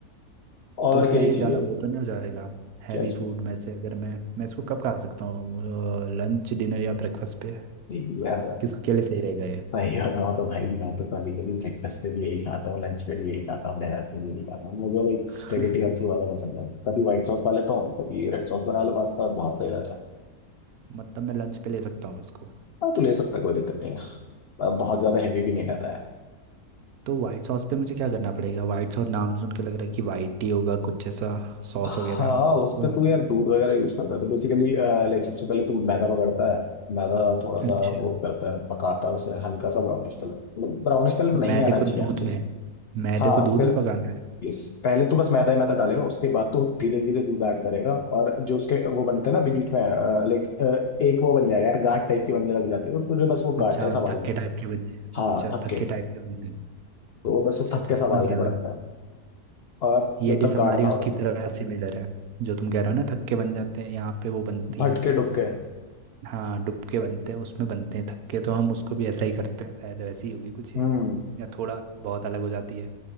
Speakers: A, on the left; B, on the right.
A: और
B: तो फिर
A: क्या ही
B: ये
A: चाहिए
B: ज़्यादा वो तो नहीं हो जाएगा हैवी
A: क्या
B: फूड में से अगर मैं मैं इसको कब खा सकता हूँ लंच डिनर या ब्रेकफास्ट पे
A: यही यार
B: किसके लिए सही रहेगा ये
A: सही होता हूँ तो भाई मैं तो कभी कभी ब्रेकफास्ट पे भी यही खाता हूँ लंच पे भी यही खाता हूँ डिनर पे भी यही खाता हूँ मुझे लाइक
B: <laughs>
A: स्पेगेटी सबसे ज्यादा पसंद है कभी व्हाइट सॉस खा लेता हूँ कभी रेड सॉस बना लो पास्ता बहुत सही रहता है
B: मतलब मैं लंच पे ले सकता हूँ इसको
A: हाँ तो ले सकता है, कोई दिक्कत नहीं है अब बहुत ज्यादा हैवी भी नहीं खाता यार
B: तो वाइट सॉस पे मुझे क्या करना पड़ेगा वाइट सॉस नाम सुन के लग रहा है कि वाइट ही होगा कुछ ऐसा सॉस
A: हाँ
B: वगैरह
A: उस
B: तो
A: पे तू यार दूध वगैरह यूज करता है तो बेसिकली लाइक सबसे पहले तू मैदा पकड़ता है मैदा थोड़ा सा
B: अच्छा
A: वो करता है पकाता है उसे हल्का सा ब्राउनिश कलर मतलब ब्राउनिश कलर नहीं
B: मैदे
A: आना चाहिए
B: को दूध
A: एक्चुअली
B: में मैदे
A: हाँ
B: को दूध
A: फिर
B: में पकाना है
A: यस पहले तो बस मैदा ही मैदा डालेगा उसके बाद तो धीरे धीरे दूध ऐड करेगा और जो उसके वो बनते हैं ना बीच बीच में लाइक एक वो बन जाएगा यार गांठ टाइप के बनने लग जाते हैं तो तुझे बस वो
B: अच्छा
A: गांठ है संभालने
B: थक्के टाइप के बन जाए
A: हाँ
B: अच्छा
A: थक्के
B: थक्के टाइप के बन जाए
A: तो वो बस वो
B: अच्छा
A: थक्के
B: अच्छा समझ
A: संभालने
B: गया
A: पड़ता
B: मैं
A: है और
B: ये
A: जब
B: डिश
A: तक
B: हमारी
A: गाढ़ा ना हो
B: उसकी
A: तब तक
B: तरह सिमिलर है जो तुम कह रहे हो ना थक्के बन जाते हैं यहाँ पे वो बनती
A: भटके
B: है
A: डुबके
B: हाँ डुबके बनते हैं उसमें बनते हैं थक्के तो हम उसको भी ऐसा ही करते हैं शायद वैसी ही होगी कुछ ये
A: हम्म
B: या थोड़ा बहुत अलग हो जाती है